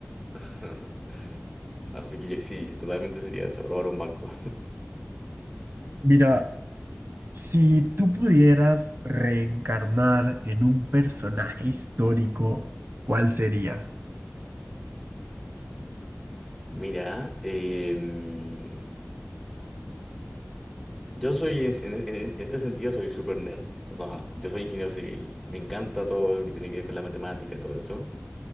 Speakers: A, in the centre; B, on the right.
A: <laughs> Así que yo- sí, totalmente sería eso, robar un banco.
B: Mira, Si tú pudieras reencarnar en un personaje histórico, ¿cuál sería?
A: Mira, em, Yo soy, en, en- en- este sentido, soy súper nerd. O sea, yo soy ingeniero civil. Me encanta todo lo que tiene que ver con la matemática y todo eso.